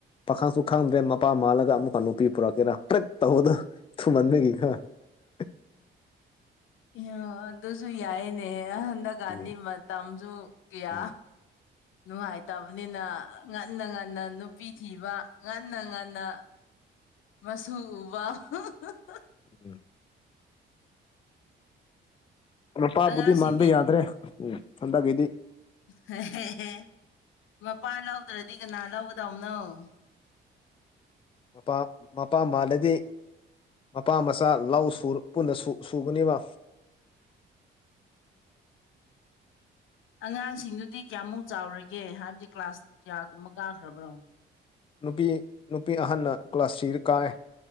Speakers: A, on the left; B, on the left.
A: ꯄꯥꯈꯪꯁꯨ ꯈꯪꯗ꯭ꯔꯦ ꯃꯄꯥ ꯃꯥꯜꯂꯒ ꯑꯃꯨꯛꯀ ꯅꯨꯄꯤ ꯄꯨꯔꯛꯀꯦꯔꯥꯠ ꯇ ꯍꯗꯣ ꯊꯨ ꯃꯟꯃꯦꯦ ꯀ ꯀ
B: ꯑꯣ ꯑꯗꯨꯁꯨ ꯌꯥꯏ ꯅ ꯍꯟꯗꯀꯥꯟꯅꯤ
A: ꯎꯝ
B: ꯃꯇꯝꯁꯨ ꯀꯌꯥ
A: ꯎꯝ
B: ꯅꯨꯡꯉꯥꯏꯇꯕꯅꯤꯅ ꯉꯟꯅ ꯉꯟꯅ ꯅꯨꯄꯤ ꯊꯤꯕ ꯉꯟꯅ ꯉꯟꯅ ꯃꯁꯨ ꯎꯕ ꯋꯥ
A: ꯎꯝ ꯅꯨꯄꯥꯕꯨꯗꯤ
B: ꯑꯉꯥꯡꯁꯤꯡꯗꯤ
A: ꯃꯥꯟꯕ ꯌꯥꯗ꯭ꯔꯦ ꯎꯝ ꯍꯟꯗꯛꯀꯤꯗꯤ
B: ꯍꯍꯍ ꯃꯄꯥ ꯂꯧꯗ꯭ꯔꯗꯤ ꯀꯅꯥ ꯂꯧꯒꯗꯧꯅꯣ ꯎ
A: ꯃꯄꯥ ꯃꯄꯥ ꯃꯜꯂꯗꯤ ꯃꯄꯥ ꯃꯆꯥ ꯂꯧ ꯁꯨꯔ ꯄꯨꯟꯅꯁꯨ ꯁꯨꯒꯨꯅꯤꯕ
B: ꯑꯉꯥꯡꯁꯤꯡꯗꯨꯗꯤ ꯀꯌꯥꯃꯨꯛ ꯆꯥꯎꯔꯒꯦ ꯍꯥꯏꯕꯗꯤ ꯀ꯭ꯂꯥꯁ ꯀꯌꯥꯒꯨꯝꯕ ꯀꯥꯈ꯭ꯔꯕ꯭ꯔꯣ
A: ꯅꯨꯄꯤ ꯅꯨꯄꯤ ꯑꯍꯟꯅ ꯀ꯭ꯂꯥꯁꯇꯔ ꯀꯥꯏ